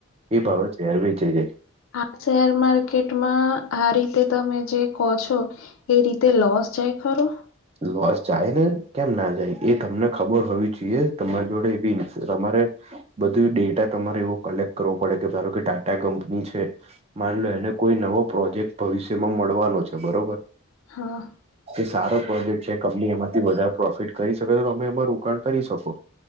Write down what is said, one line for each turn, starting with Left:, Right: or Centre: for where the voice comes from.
Right: એ બાબત શેર વેચે જાય
Left: આ શેર માર્કેટમાં આ રીતે તમે જે કહો છો એ રીતે લોસ જાય ખરો
Right: લોસ જાય ને કેમ ના જાય એ તમને ખબર હોવી જોઈએ તમારી જોડે એવી ન તમારે બધું ડેટા તમારે એવો કલેક્ટ કરવો પડે કે ધારો કે ટાટા કંપની છે માનલો એને કોઈ નવો પ્રોજેક્ટ ભવિષ્યમાં મળવાનો છે બરોબર
Left: હા
Right: એ સારો પ્રોજેક્ટ છે કંપની એમાંથી વધારે પ્રોફિટ કરી શકે તો તમે એમાં રોકાણ કરી શકો